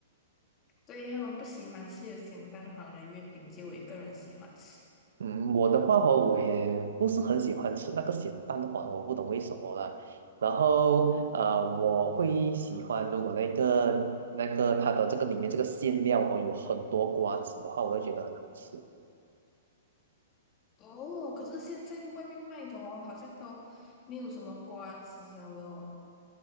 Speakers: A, on the left; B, on the right.
A: 所以他们不喜欢吃有咸蛋黄的月饼，就我一个人喜欢吃。
B: 嗯，我的话哦，我也不是很喜欢吃那个咸蛋黄，我不懂为什么啦。然后呃，我会喜欢如果那个那个它的这个里面这个馅料哦有很多瓜子的话，我会觉得很好吃。
A: 哦，可是现在外面卖的哦，好像都没有什么瓜子了咯。